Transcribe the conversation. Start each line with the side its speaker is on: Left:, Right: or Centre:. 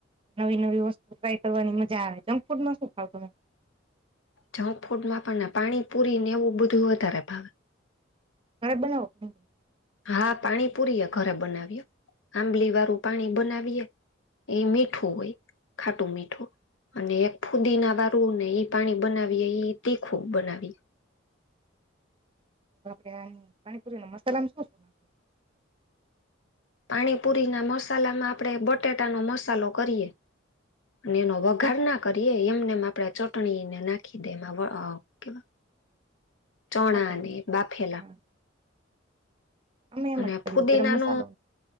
Right: નવી નવી વસ્તુ ટ્રાય કરવાની મજા આવે, જંક ફૂડ ન શું ખાવ તમે
Left: જંક ફૂડ માં પણને પાણી પુરી ને એવું બધું વધારે ભાવે.
Right: ઘરે બનાવોને,
Left: હા, પાણી પુરીએ ઘરે બનાવીએ આંબલી વાળું પાણી બનાવીએ, એ મીઠું હોય ખાટું મીઠું અને એક ફૂદી ના વારું ને ઈ પાણી બનાવી તીખું બનાવી.
Right: આપડે આ પાણીપુરી ન મસાલામાં શો ના
Left: પાણીપુરી ના મસાલામાં આપણેે બટેાટાનો મસાલો કરીએ, અને એનો વઘાર ના કરીએ એમને એમ આપણેે ચટણીને નાખી દે, કેવા ચણા
Right: બાપરેના
Left: અનેને બાફેલા
Right: હા અમે એમ
Left: અને
Right: જ કરીએ
Left: ફુદીના
Right: ગરમ મસાલો
Left: ન